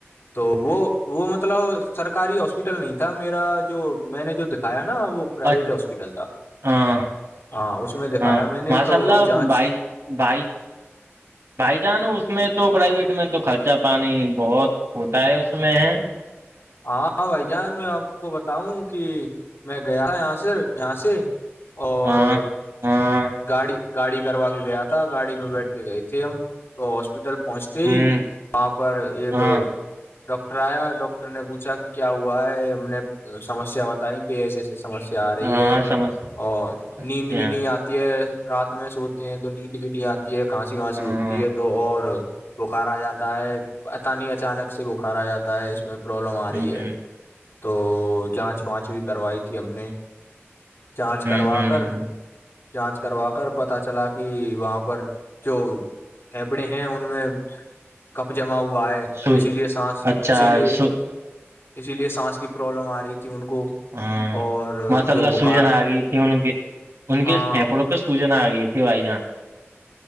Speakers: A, on the left; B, on the right.
A: تو وہ وہ مطلب سرکاری ہاسپٹل نہیں تھا میرا جو میں نے جو دکھایا نا وہ پرائیویٹ
B: ہاں
A: ہاسپٹل تھا
B: ہاں
A: ہاں اس میں دکھایا
B: ہاں
A: میں نے
B: ماشاء
A: تو
B: اللہ
A: جانچ
B: بھائی بھائی بھائی جان اس میں تو پرائیویٹ میں تو خرچہ پانی بہت ہوتا ہے اس میں ہے
A: ہاں بھائی جان میں آپ کو بتاؤں کہ میں گیا یہاں سے یہاں سے اور
B: ہاں ہاں
A: گاڑی گاڑی کروا کے گیا تھا گاڑی میں بیٹھ کے گئے تھے ہم تو ہاسپٹل پہنچ
B: ہ
A: وہاں پر ایک
B: ہاں
A: ڈاکٹر آیا ڈٹر ٹر نے پوچھا کہ کیا ہوا ہے ہم نے سمیا بتائی کہ ایسے ایسی سمیا آ رہی
B: ہاں
A: ہے
B: سمجھتے
A: اور نیند بھی
B: ہیں
A: نہیں آتی رات میں سوتے ہیں تو نیند بھی نہیں آتی ہے کھانسی وھانسی
B: ہاں
A: اٹھتی ہے تو اور بخارا جاتا ہے تانی اچانک سے بخارا جاتا ہے اس میں پرابلم آ رہی
B: ہ
A: ہے تو
B: ہ
A: جانچ وانچ بھی کروائی تھی ہم نے جانچ
B: ہ
A: کروا کر جانچ کروا کر پتا چلا کہ وہاں پر جو پھیپڑے ہیں ان میں کپ جما ہوا ہے
B: س
A: تو اسی لیے سانس
B: اچھا
A: اسی لیے
B: سو
A: اسی لیے سانس کی پرابلم آ رہی تھی ان کو
B: ہاں
A: اور
B: ماشاء
A: جو
B: اللہ
A: بخار
B: سوجن آ گئی تھی ان کے ان
A: ہاں
B: کے پپڑوں تو سوجنا آ گئی تھی بھائی جان